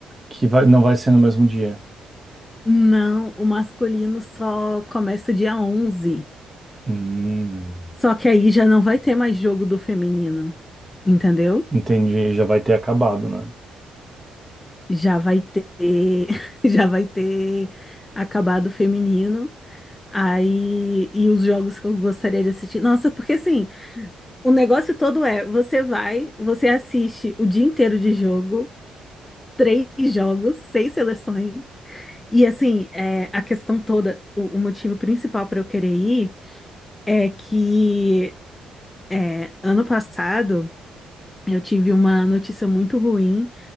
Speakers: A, on the right; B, on the left.
A: Que vai, não vai ser no mesmo dia.
B: Não, o masculino só começa dia onze
A: Hum.
B: Só que aí já não vai ter mais jogo do feminino, entendeu?
A: Entendi, já vai ter acabado, né?
B: Já vai ter, <laughs> já vai ter acabado o feminino. Aí, e os jogos que eu gostaria de assistir. Nossa, porque assim, O negócio todo é, você vai, você assiste o dia inteiro de jogo, três jogos, seis seleções. E assim, é, a questão toda, o, o motivo principal para eu querer ir é que é, ano passado eu tive uma notícia muito ruim